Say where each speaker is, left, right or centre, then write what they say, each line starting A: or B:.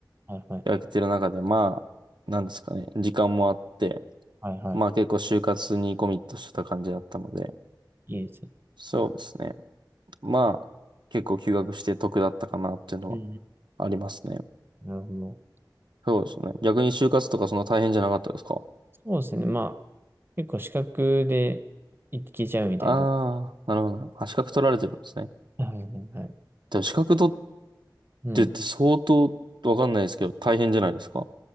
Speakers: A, on the right; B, on the right.
A: はいはい。
B: 空けてる中で、まあ、なんですかね、時間もあって、
A: はいはい。
B: まあ結構就活にコミットしてた感じだったので、
A: いいですね。
B: そうですね。まあ、結構休学して得だったかなっていうのは
A: うん
B: ありますね。
A: うんうんなるほど。
B: そうですね。逆に就活とかそんな大変じゃなかったですか
A: そうですね。まあ、結構資格でいけちゃうみたいなとこ。
B: ああー、なるほどね。あ、資格取られてるんですね。
A: はいはいはい。
B: でも資格取っ
A: うん。
B: てって相当わかんないですけど、大変じゃないですか